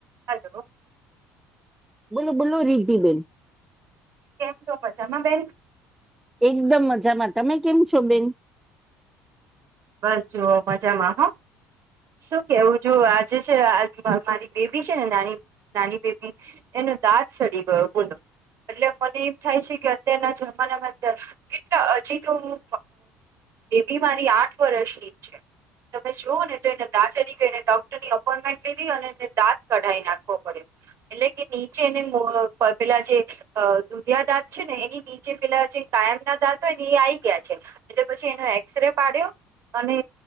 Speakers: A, on the right; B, in the centre.
A: Hello.
B: બોલો, બોલો, રીઘી બેન.
A: કેમ જો છે આમાં બેન?
B: એકદમ મજામાં. તમે કેમ છો બેન?
A: બસ, જુઓ મજામાં હો. શું કેવું? જો આજે છે મારી બેબી છે ને, નાની નાની બેબી એનું દાંત સડી ગયુ બોલો? એટલે મને એમ થાય છે કે, અત્યારના જમાનામાં કેટલા હજી તો હું એ બી મારી આઠ વર્ષની છે, તમે જોઓ ને ને દારી એને ડોક્ટરની અપોઇન્ટમેન્ટ લીધી, અને એને દાંત કાઢી નાખવો પડ્યો. એટલે કે નીચે એને પેલા જે અ દુધિયા દાંત છે ને, એની નીચે પેલા જે કાયમ ના દાંત હોય ને, એ આઈ ગયા છે. એટલે પછી એનો એક્સ ર પાડ્યો, અને